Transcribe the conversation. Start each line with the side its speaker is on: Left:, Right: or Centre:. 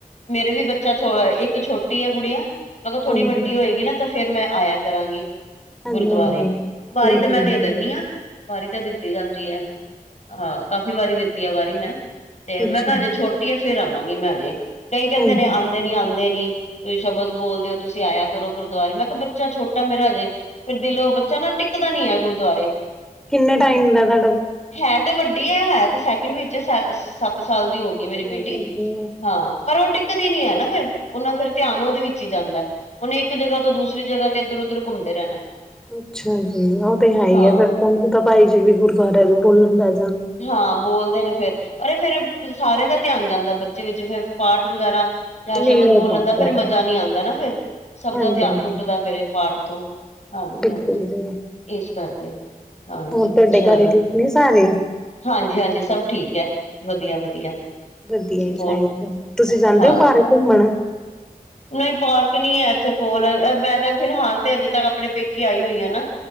Left: ਮੇਰੇ ਵੀ ਬੱਚਾ ਛੋ ਇੱਕ ਛੋਟੀ ਆ ਗੁੜੀਆ ਮਗਰ ਥੋੜੀ
Centre: ਹਾਂਜੀ,
Left: ਵੱਡੀ ਹੋਏਗੀ ਨਾ। ਤਾਂ ਫੇਰ ਮੈਂ ਆਇਆ ਕਰਾਂਗੀ।
Centre: ਹਾਂਜੀ-ਹਾਂਜੀ,
Left: ਗੁਰਦੁਆਰੇ ਵਾਰੀ
Centre: ਬਿਲਕੁਲ
Left: ਤੇ ਮੈਂ ਦੇ
Centre: ਜੀ,
Left: ਦਿੰਦੀ ਆਂ। ਵਾਰੀ ਤਾਂ ਦਿੱਤੀ ਜਾਂਦੀ ਐ। ਹਾਂ ਕਾਫ਼ੀ ਵਾਰੀ ਦਿੱਤੀ ਆ ਵਾਰੀ, ਮੈਂ ਤੇ ਮੈਂ
Centre: ਅੱਛਾ
Left: ਕਿਹਾ ਹਜੇ ਛੋਟੀ ਆ ਫੇਰ ਆਵਾਂਗੀ ਮੈਂ ਹਜੇ। ਕਈ ਕਹਿੰਦੇ
Centre: ਹਾਂਜੀ,
Left: ਨੇ ਆਂਦੇ ਨੀ ਆਂਦੇ ਨੀ ਤੁਸੀਂ ਸ਼ਬਦ ਬੋਲਦੇ ਹੋ ਤੁਸੀਂ ਆਇਆ ਕਰੋ, ਗੁਰਦੁਆਰੇ ਮੈਂ ਕਿਹਾ, ਬੱਚਾ ਛੋਟਾ ਮੇਰਾ ਹਜੇ ਫਿਰ ਦਿਲੋਂ ਬੱਚਾ ਨਾ ਟਿੱਕਦਾ ਨੀ ਐ ਗੁਰਦੁਆਰੇ
Centre: ਕਿੰਨੇ ਟਾਈਮ ਦਾ ਤੁਹਾਡਾ ਬ
Left: ਹੈ ਤੇ ਵੱਡੀ ਹੈ ਹੈ ਤੇ ਸੈਕਿੰਡ ਵਿੱਚ ਸੱਤ ਸਾਲ ਦੀ ਹੋ ਗਈ। ਕਿ ਮੇਰੀ
Centre: ਹਾਂਜੀ-ਹਾਂਜੀ,
Left: ਬੇਟੀ ਹਾਂ ਪਰ ਉਹ ਟਿਕਦੀ ਨੀ ਹੈ ਨਾ, ਫਿਰ ਉਹਨਾ ਫਿਰ ਧਿਆਨ ਉਹਦੇ ਵਿੱਚ ਹੀ ਜਾਂਦਾ। ਉਹਨੇ ਇੱਕ ਜਗ੍ਹਾ ਤੋਂ ਦੂਸਰੀ ਜਗ੍ਹਾ, ਤੇ ਇੱਧਰ ਉੱਧਰ ਘੁੰਮਦੇ ਰਹਿਣਾ।
Centre: ਅੱਛਾ ਜੀ ਉਹ ਤੇ ਹੈ ਹੀ
Left: ਹਾਂ
Centre: ਆ, ਫੇਰ ਹੁਣ ਤਾਂ ਭਾਈ ਜੀ ਵੀ ਗੁਰਦੁਆਰੇ ਬੋਲਣ ਦਾ
Left: ਹਾਂ ਬੋਲਦੇ ਨੇ ਫੇਰ ਅਰੇ, ਫਿਰ ਸਾਰਿਆਂ ਦਾ ਧਿਆਨ ਜਾਂਦਾ ਬੱਚੇ ਵਿੱਚ, ਫਿਰ ਪਾਠ ਵਗੈਰਾ ਜਾਂ ਸ਼ਬਦ
Centre: ਨਹੀਂ ਹੋ
Left: ਬੋਲਣ
Centre: ਪਾਂਦਾ,
Left: ਦਾ, ਫਿਰ ਮਜ਼ਾ ਨਹੀਂ ਆਉਂਦਾ ਨਾ, ਫਿਰ ਸਭ
Centre: ਹਾਂਜੀ-ਹਾਂਜੀ,
Left: ਦਾ ਧਿਆਨ ਟੁੱਟਦਾ ਫਿਰ ਪਾਠ ਤੋਂ ਹਾਂਜੀ
Centre: ਬਿਲਕੁਲ
Left: ਹਾਂਜੀ
Centre: ਜੀ,
Left: ਇਸ ਕਰਕੇ ਹਾਂਜੀ
Centre: ਹੋਰ ਤੁਹਾਡੇ
Left: ਚਲੋ
Centre: ਘਰੇ ਠੀਕ ਨੇ ਸਾਰੇ
Left: ਹਾਂਜੀ, ਹਾਂਜੀ, ਸਭ ਠੀਕ ਹੈ। ਵਧੀਆ, ਵਧੀਆ ਹਾਂਜੀ
Centre: ਵਧੀਆ ਈ
Left: ਹੋਰ
Centre: ਚਾਹੀਦਾ ਤੁਸੀਂ ਜਾਂਦੇ
Left: ਹਾਂ
Centre: ਹੋ ਪਾਰਕ ਘੁੰਮਣ
Left: ਨਹੀਂ ਪਾਰਕ ਨਹੀਂ ਹੈ ਇੱਥੇ ਕੋਲ ਮੈਂ ਤਾਂ ਫਿਲਹਾਲ ਤੇ ਅਜੇ ਤੱਕ ਆਪਣੇ ਪੇਕੇ ਆਈ ਹੋਈ ਹਾਂ ਨਾ